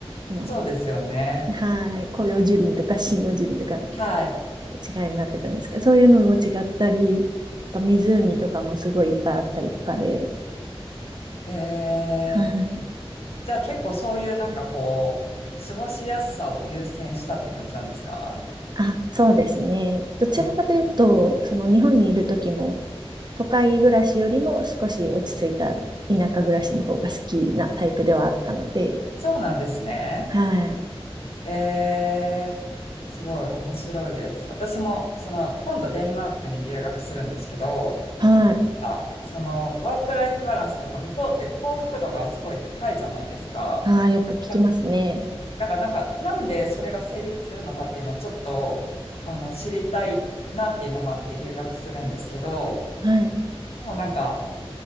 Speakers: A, on the right; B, on the left.
A: あの、
B: そうですよね。
A: はい、広葉樹林とか針葉樹林とか
B: はい。
A: 違いになってくるんですけど、そういうのも違ったり、あと湖とかもすごいいっぱいあったりとかで、
B: へえ。
A: はい。
B: じゃあ結構そういうなんかこう、過ごしやすさを優先したって感じなんですか
A: あ、そうですね。どちらかというと、
B: あ
A: その日本にいる時も、都会暮らしよりも少し落ち着いた田舎暮らしの方が好きなタイプではあったので、
B: そうなんですね。
A: はい。
B: えー、すごい面白いです。私もその今度デンマークに留学するんですけど、
A: はい。
B: あ、そのワークライフバランスとか向こうって幸福度がすごい高いじゃないですか。
A: ああ、よく聞きますね。
B: だだからなんか、なんでそれが成立するのかっていうのをちょっとあの知りたいなっていうのもあって留学するんですけど、
A: はい。
B: でもなんか